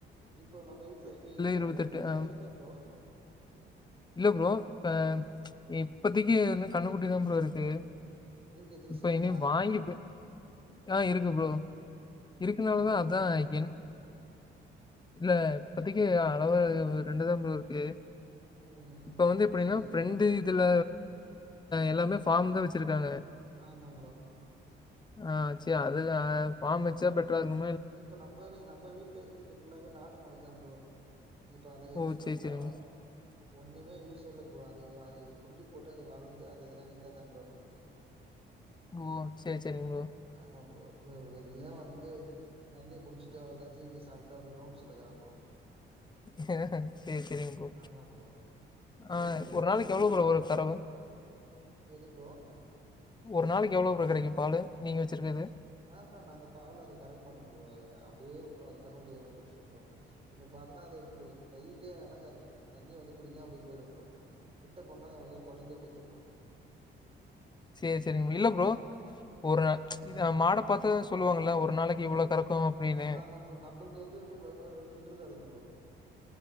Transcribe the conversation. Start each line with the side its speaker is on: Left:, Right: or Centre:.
Right: இப்போ நம்ம வீட்டுல இப்ப இருக்கா
Left: இருவத்தெட்டு
Right: ப்ரோ எதனா
Left: ஆ
Right: இருக்கா ப்ரோ
Left: இல்ல ப்ரோ இப்ப இப்பத்தைக்கு வந்து கண்ணுக்குட்டி தான் ப்ரோ இருக்கு
Right: இருக்கு ஜெஸி
Left: இப்ப
Right: இருக்கா?
Left: இனி வாங்கி போ ஆ இருக்கு ப்ரோ இருக்குனாலதான்
Right: எத்தினி ப்ரோ?
Left: அதான் என் இல்ல இப்பத்தக்கு அளவா ரெண்டுதான் ப்ரோ இருக்கு
Right: ம்.
Left: இப்ப வந்து எப்படின்னா
Right: சரிங்க
Left: பிரெண்டு
Right: ப்ரோ.
Left: இத்துல எல்லாமே ஃபார்ம் தா வெச்சிருக்காங்க
Right: ஆமா ப்ரோ
Left: ஆ ச் அது ஃபாம் வச்சா பெட்றா இருக்கும
Right: இப்ப நம்ம இது நம் இப்ப வீடல இருக்கிறது புள்ளாவே நாட்டு மாட்டுதான் ப்ரோ இப்ப அதை வச்சு
Left: ஓ!
Right: பாத்தன்னா
Left: சரி, சரிங்க.
Right: ஒண்ணுமே யூஸ் இல்ல ப்ரோ அது அது குட்டி போட்டு அது வளந்து அதை எதனா வித்தாதான் ப்ரோ நம்பளுக்கு
Left: ஓ செரி செரிங்க ப்ரோ
Right: ஆமா ப்ரோ வெறிய வந்து தண்ணிய குச்சிட்டு் அவ்ளோதான் தீனிய சாப்டுட்டு அப்படியே ரவுண்டுல்ல இருக்குறான் ப்ரோ
Left: ஆ செரி செரிங்க ப்ரோ
Right: ஆமா ப்ரோ. இப்ப
Left: ஆ
Right: நீங்க பாத்தீங்கன்னா
Left: ஒரு நாளைக்கு
Right: இது
Left: எவ்வளவு
Right: இது
Left: ப்ரோ
Right: நல்ல
Left: வரும் தரவு
Right: எது ப்ரோ
Left: ஒரு நாளைக்கு எவ்ளோ ப்ரோ கிடைக்கும் பாலு நீங்க வெச்சிருக்குது
Right: ஆஹ்ஹா நாங்க பால அத கறங்க மாட்டோம் ப்ரோ அத அப்படியே விட்டுரும்வோம் அது கண்ணுகுட்டி எதன குடிச்சிடும் ப்ரோ இப்ப பாத்தன்னா அது கைக்கே அடங்காது தண்ணியே வந்து குடிக்காம அப்படியே போயிடும் ப்ரோ கிட்ட போணா அளோதான் கொடல்லியே குத்தும் ப்ரோ
Left: செரி செரிங்க இல்ல ப்ரோ ஒரு
Right: ஆமா ப்ரோ.
Left: மாட பாத்தாத சொல்லுவாங்களல்ல ஒரு நாளைக்கு இவ்வளோ கறக்கும் அப்படின்னு.
Right: ஆமா ப்ரோ நம்பளுது வந்து எப்படி பாத்தன ஒரு ரெண்டு லிட்டர் கரக்கும் ப்ரோ